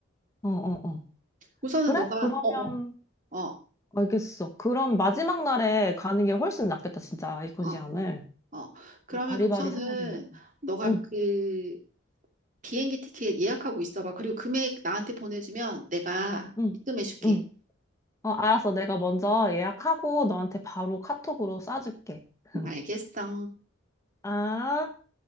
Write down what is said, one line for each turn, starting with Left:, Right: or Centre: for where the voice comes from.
Left: 어, 어.
Right: 우선은
Left: 그래?
Right: 너가
Left: 그러면,
Right: 어어 어 어
Left: 알겠어. 그럼 마지막 날에 가는 게 훨씬 낫겠다, 진짜, 아이콘시암을.
Right: 어, 어. 어. 그러면
Left: 바리바리
Right: 우선은
Left: 사야 되니까.
Right: 너가
Left: 응,
Right: 그 비행기 티켓 예약하고 있어봐. 그리고 금액 나한테 보내주면 내가
Left: 응,
Right: 입금해줄게.
Left: 응. 어, 알았어. 내가 먼저 예약하고 너한테 바로 카톡으로 쏴줄게. <laughs>
Right: 응, 알겠어.
Left: 아.